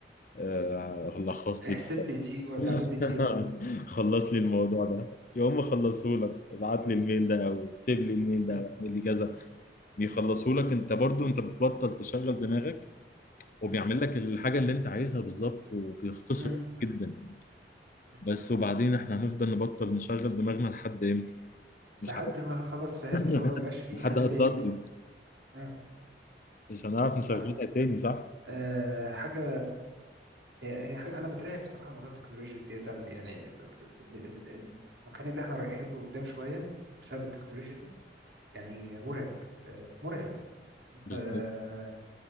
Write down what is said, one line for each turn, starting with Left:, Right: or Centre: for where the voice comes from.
Left: آه، لخص
Right: احسب
Left: لي
Right: لي دي ولا
Left: <laughs>
Right: اعمل لي دي اه
Left: خلص لي الموضوع ده يقوم مخلصه لك ابعت لي الميل ده او اكتب لي الميل
Right: مم،
Left: ده او اعمل لي كذا
Right: مم،
Left: بيخلصه لك انت برضو انت بتبطل تشغل دماغك وبيعمل
Right: مم،
Left: لك الحاجة اللي انت عايزها بالظبط وبيختصر
Right: مم،
Left: وقت
Right: مم،
Left: جدا
Right: مم.
Left: بس وبعدين احنا هنفضل نبطل نشغل دماغنا لحد امتى
Right: لحد
Left: مش عارف
Right: ما خلاص فاهم
Left: <laughs>
Right: اللي هو ما يبقاش فيه
Left: لحد
Right: حل
Left: هتصدي
Right: تاني يعني اه
Left: مش هنعرف نشغلها
Right: صح
Left: تاني صح
Right: أه حاجة هي هي حاجة أنا بترعب بصراحة موضوع التكنولوجيا زيادة عن- يعني ال- ال- ال- المكان اللي احنا رايحين له قدام شوية بسبب التكنولوجيا ده يعني مرعب أه مرعب أنت
Left: بالظبط
Right: آه،